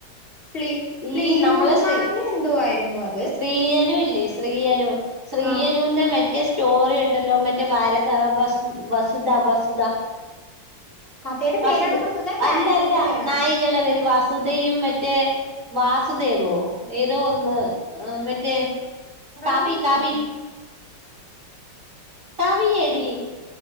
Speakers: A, on the left (about 30°); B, on the right (about 40°).
A: പ്ലി- പ്ലിയൂർ
B: ഈ നമ്മളെ ശ്രീ
A: മാങ്ങ എന്തോ ആയിരുന്നു അത്
B: സ്ത്രീയനു
A: പ്ലിയൂർ
B: ഇല്ലേ ശ്രീയനു ശ്രീയനുന്റെ
A: ആ
B: മറ്റേ സ്റ്റോറി ഉണ്ടല്ലോ മറ്റേ വാരത വ വസുധ വസുധ
A: കഥയുടെ
B: വസത
A: പേരാണോ വസ്തുത ക്യാരക്ടറിന്റെ
B: അല്ലല്ല
A: പേരാണോ
B: നായികയുടെപേര് വാസ് സുധയും മറ്റേ വാസുദേവോ ഏതോ ഒന്ന് മറ്റേ
A: റണ്ണിംങ്ങാണോ
B: കവി കവി കവിയടി